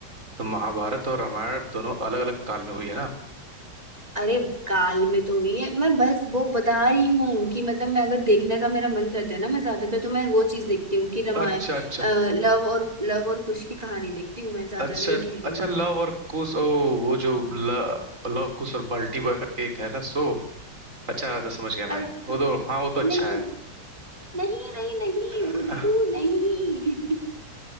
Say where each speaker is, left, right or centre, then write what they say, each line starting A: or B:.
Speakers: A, on the right; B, on the right.
A: तो महाभारत और रामायण दोनों अलग अलग काल में हुई है ना
B: अरे काल में तो हुई है मैं बस वो बता रही हूँ कि मतलब मैं अगर देखने का मेरा मन करता है ना मैं ज्यादातर तो मैं वो चीज देखती हूँ कि रामायण
A: अच्छा अच्छा
B: अ, लव और लव और कुश की कहानी देखती हूँ मैं ज्यादा
A: अच्छा
B: ये कह रही
A: अच्छा
B: हूँ मैं
A: लव और कुश ओ वो जो ल, लव कुश और बाल्टी बॉय करके एक है ना सो अच्छा अच्छा समझ गया
B: अरे
A: मैं वो
B: न-
A: तो हाँ वो तो अच्छा
B: नहीं
A: है
B: नहीं नहीं नहीं
A: अह,
B: बुद्धू नहीं